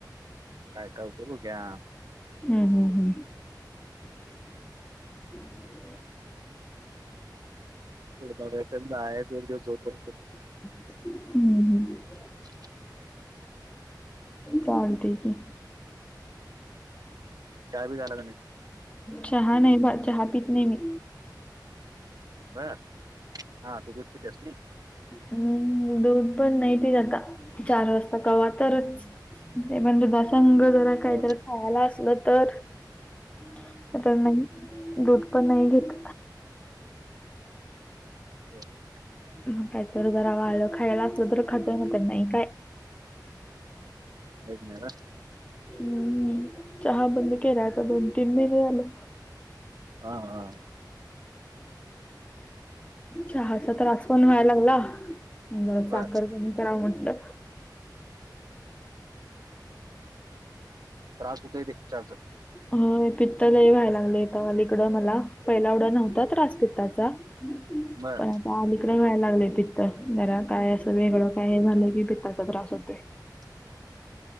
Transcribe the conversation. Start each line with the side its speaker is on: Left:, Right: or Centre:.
Right: काय काय होते बघू या.
Left: हम्म हम्म. हम्म.
Right: हम
Left: <inaudible>
Right: <unintelligible> आहे एक दिवस जोतो.
Left: हम्म हम्म.
Right: <unintelligible>
Left: चालतंय की.
Right: चाय बी झाला का नाही?
Left: चहा नाही बा चहा पीत नाही मी.
Right: बरं हा तू दुध पित्यास नाय.
Left: हम्म दूध पण नाही पित आता चार वाजता कवा तरच. ते म्हणलो बसा संघ जरा काही
Right: ह
Left: जर खायला असलं तर तर त्या नाही दूध पण नाही घेत.
Right: काहीच
Left: मग काय तर जरा वाडलं खायला असलं तर खात नाही खाय.
Right: आहेत नाही ना.
Left: हम्म नाही चहा बंद केला आता दोन तीन महिने झालो.
Right: आं आं.
Left: चहाचा त्रास पण व्हाय लागला जरा
Right: बर
Left: साखर पण हे कराव म्हटलं.
Right: त्रास होतय ते चहाचा.
Left: होय पित्त लई व्हायला लागले तो वल इकडं मला पहिला एवढा नव्हता त्रास पित्ताचा
Right: बर
Left: पण तर अलीकडं व्यायला लागलेय पित्त जरा काय असं वेगळं काय हे झालंय की पित्ताचा त्रास होतोय.
Right: <unintelligible>